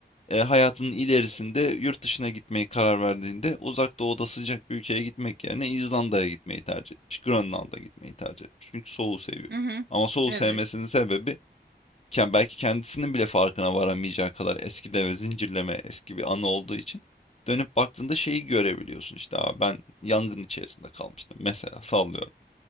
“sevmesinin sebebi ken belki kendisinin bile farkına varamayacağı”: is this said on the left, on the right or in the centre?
Left